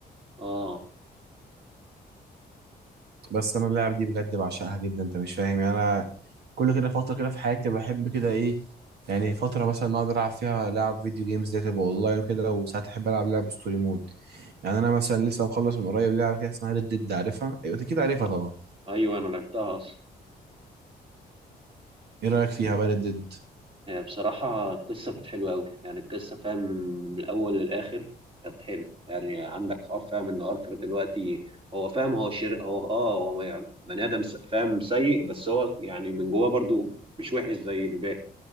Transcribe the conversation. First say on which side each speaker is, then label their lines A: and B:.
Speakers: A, on the right; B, on the right.
A: اه
B: بس انا اللعب دي بجد بعشقها جدا انت مش فاهم يعني انا كل كده فتره كده في حياتي بحب كده ايه يعني فتره مثلا اقعد العب فيها لعب فيديو جيمز دي تبقى اونلاين وكده وساعات احب العب لعب ستوري مود يعني انا مثلا لسه مخلص من قريب لعبه كده اسمها ريد ديد عارفها ايوه أنت كده عارفها
A: آه.
B: طبعا
A: ايوه انا لعبتها اصلا
B: ايه رايك فيها بقى ريد ديد
A: هي بصراحه القصه كانت حلوه قوي يعني القصه فاهم من الاول للاخر كانت حلوه يعني عندك حوار فاهم ان ارثر دلوقتي هو فاهم هو شر هو اه هو يعني بني ادم س- فاهم سيء بس هو يعني من جواه برضو مش وحش زي الباقي